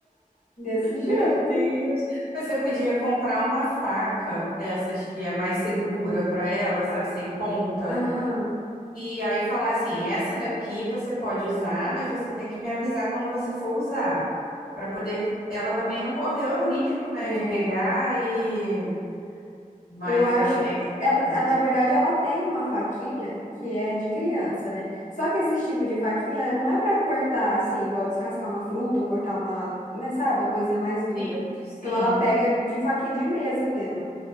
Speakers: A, on the left (about 55°); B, on the left (about 80°).
A: Desse jeito.
B: Meu Deus. Você podia comprar uma faca dessas que é mais segura para ela, sabe, sem ponta.
A: Aham.
B: E aí falar assim, essa daqui você pode usar, mas você tem que me avisar quando você for usar, para poder ela também não correr o risco, né,
A: É,
B: de pegar e mas
A: eu acho.
B: é, é importante.
A: Ela, ela, na verdade, ela tem uma faquinha que é de criança, né? Só que esse tipo de faquinha não é para cortar assim, igual descascar uma fruta ou cortar uma, né, sabe? Uma coisinha mais dura.
B: Sim, sim.
A: Então ela pega de faquinha de mesa mesmo.